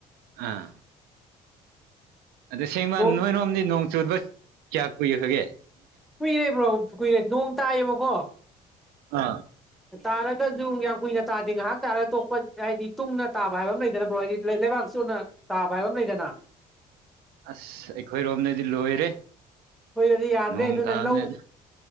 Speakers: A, on the right (about 75°); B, in the centre.
A: ꯑꯥ ꯑꯗ ꯁꯦꯡꯕ
B: ꯕ꯭ꯔꯣ
A: ꯅꯣꯏꯔꯣꯝꯗꯤ ꯅꯣꯡ ꯆꯨꯗꯕ ꯀꯌꯥ ꯀꯨꯏꯈꯒꯦ
B: ꯀꯨꯏꯔꯦ ꯕ꯭ꯔꯣ ꯀꯨꯏꯔꯦ ꯅꯣꯡ ꯇꯥꯏꯌꯦꯕꯀꯣ
A: ꯑꯥ
B: ꯇꯥꯔꯒꯁꯨ ꯌꯥꯝ ꯀꯨꯏꯅ ꯇꯥꯗꯦ ꯉꯥꯏꯍꯥꯛ ꯇꯥꯔꯒ ꯇꯣꯛꯄ ꯍꯥꯏꯗꯤ ꯇꯨꯡꯅ ꯇꯥꯕ ꯍꯥꯏꯕ ꯑꯃ ꯂꯩꯗꯅꯕ꯭ꯔꯣ ꯍꯥꯏꯗꯤ ꯂꯩꯕꯥꯛ ꯆꫭꯠꯅ ꯇꯥꯕ ꯍꯥꯏꯕ ꯑꯃ ꯂꯩꯗꯅ
A: ꯑꯁ ꯑꯩꯈꯣꯏꯔꯣꯝꯗꯗꯤ ꯂꯣꯏꯔꯦ
B: ꯑꯈꫭꯏꯗꯗꯤ ꯌꯥꯗ꯭ꯔꯦ
A: ꯅꯣꯡ
B: ꯑꯗꯨꯅ
A: ꯇꯥꯕꯅꯤꯅ
B: ꯂꯧ